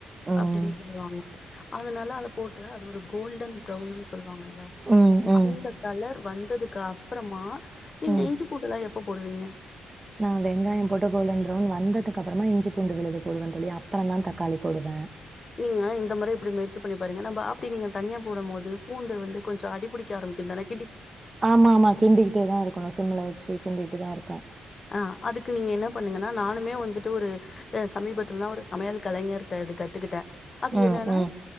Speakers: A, on the right; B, on the left.
A: ம்
B: அப்டின்னு சொல்லுவாங்க. அதனால அத போட்டு அது ஒரு கோல்டன் ப்ரவுன் சொல்லுவாங்கல்ல
A: ம் ம்
B: அந்த கலர் வந் ததுக்கா அப்றமா நீங்க
A: ம்
B: இஞ்சி பூண்டுதா எப் ப்பொ போடுவீங்க?
A: நா வெங்காயம் போட்டு கோல்டன் ப்ரவுன் வந்ததுக்கு அப்றமா இஞ்சி பூண்டு விழுது போடுவ தோழி. அப்புறந்தா தக்காளி போடுவ.
B: நீங்க இந்த முற இப்டி முயற்சி பண்ணி பாருங்க நம்ப அப்டி நீங்க தனியா போடும் போது பூண்டு வந்து கொஞ்சோ அடிபுடிக்க ஆரம்பிக்குதான
A: ஆமா ஆமா கிண்டிக்கிட்டேதா இருக்கணு சிம்முல வச்சு கிண்டி பதா இருக்கு.
B: ஆஹ் அதுக்கு நீங்க என்ன பண்ணுங்கனா நானுமே வந்துட்டு ஒருஹ் சமீபத்துலதா ஒரு சமயல் கலைஞர்ட்ட இது கத்துக்கிட்ட அது
A: ம்
B: என்னனா
A: ம்